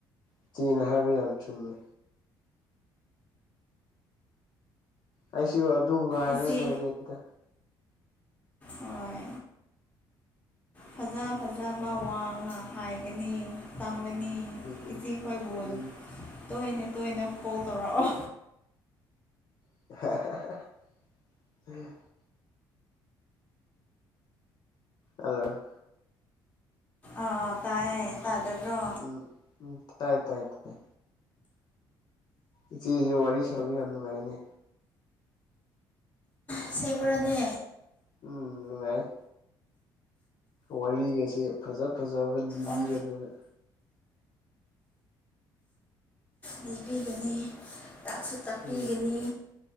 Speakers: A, on the left (about 50°); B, on the left (about 15°).
A: ꯏꯆꯦꯅ ꯍꯥꯏꯕ ꯌꯥꯝ ꯆꯨꯝꯃꯦ꯫ ꯑꯩꯁꯨ ꯑꯗꯨ ꯉꯥꯏꯔꯦ
B: ꯏꯆꯦ
A: ꯂꯩꯔꯦꯗ꯫
B: ꯍꯣꯏ꯫ ꯐꯖ ꯐꯖꯕ ꯋꯥ ꯉꯥꯛ ꯍꯥꯏꯒꯅꯤ ꯇꯝꯒꯅꯤ꯫
A: ꯎꯝ
B: ꯏꯆꯦ ꯈꯣꯏꯕꯨ
A: ꯎꯝ
B: ꯇꯣꯏꯅ ꯇꯣꯏꯅ ꯀꯣꯜ ꯇꯧꯔꯛꯑꯣ꯫
A: <unintelligible> ꯍꯜꯂꯣ꯫
B: ꯑꯥ ꯇꯥꯏꯌꯦ ꯇꯥꯗꯕ꯭ꯔꯣ꯫
A: ꯎꯝ ꯇꯥꯏ ꯇꯥꯏ ꯇ ꯇꯥꯏ꯫ ꯏꯆꯦꯒꯤ ꯋꯥꯔꯤ ꯁꯥꯕꯤ ꯌꯥꯝ ꯅꯨꯡꯉꯥꯏꯅꯦ꯫
B: ꯑꯁꯦꯡꯕ꯭ꯔꯅꯦ꯫
A: ꯎꯝ ꯅꯨꯡꯉꯥꯏ ꯋꯥꯔꯤꯒꯁꯦ ꯐꯖ ꯐꯖꯕ ꯂꯤꯕꯤꯔꯗꯅ꯫
B: ꯑꯣ ꯂꯤꯕꯤꯒꯅꯤ ꯇꯥꯛꯁꯨ ꯇꯥꯛꯄꯤꯒꯅꯤ꯫
A: ꯎꯝ